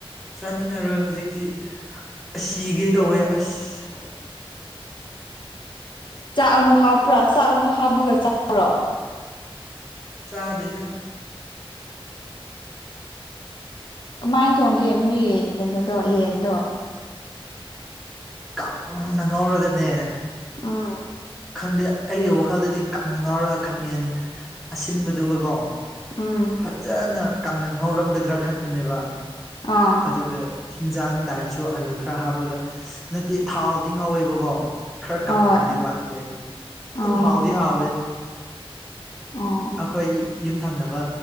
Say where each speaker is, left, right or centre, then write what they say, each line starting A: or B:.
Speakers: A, in the centre; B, on the left.
A: ꯆꯥꯅꯤꯡꯉꯔꯣꯏ ꯍꯧꯖꯤꯛꯇꯤ ꯑꯁ ꯁꯤꯒꯦ ꯇꯧꯋꯦ ꯑꯁ꯫
B: ꯆꯥꯛ ꯑꯃꯨꯛ ꯍꯥꯞꯄ꯭ꯔꯥ ꯆꯥꯛ ꯑꯃꯨꯛ ꯍꯥꯞꯄꯒ ꯆꯔꯣ?
A: ꯆꯥꯗꯦꯗ꯫
B: ꯀꯃꯥꯏꯅ ꯊꯣꯡꯒꯦ ꯃꯣꯏ ꯀꯩꯅꯣꯗꯣ ꯌꯦꯟꯗꯣ?
A: ꯀꯪꯅ ꯉꯧꯔꯒꯅꯦ꯫
B: ꯎꯝ꯫
A: ꯈꯪꯗꯦ ꯑꯩꯒꯤ ꯋꯥꯈꯜꯗꯗꯤ ꯀꯪꯅ ꯉꯥꯎꯔꯒ ꯈꯥꯃꯦꯟ ꯑꯁꯤꯟꯕꯗꯨꯒꯀꯣ
B: ꯎꯝ
A: ꯐꯖꯅ ꯀꯥꯡꯪꯅ ꯉꯧꯔꯝꯒꯗ꯭ꯔꯥ ꯈꯟꯕꯅꯦꯕ꯫
B: ꯑꯥ꯫
A: ꯑꯗꯨꯒ ꯍꯤꯟꯖꯥꯡ ꯇꯥꯏꯞꯁꯨ ꯑꯂꯨ ꯈꯔ ꯍꯥꯞꯔꯒ ꯅꯠꯇꯦ ꯊꯥꯎꯗꯤ ꯉꯧꯋꯦꯕꯀꯣ꯫ ꯈꯔ ꯀꯪꯕꯗꯤ
B: ꯍꯣꯏ
A: ꯋꯥꯠꯂꯦ ꯑꯗꯨꯝ
B: ꯑꯣ ꯑꯣ
A: ꯍꯥꯎꯗꯤ ꯍꯥꯎꯋꯦ꯫
B: ꯑꯣ
A: ꯑꯩꯈꯣꯏ ꯌꯨꯝꯊꯪꯅꯕ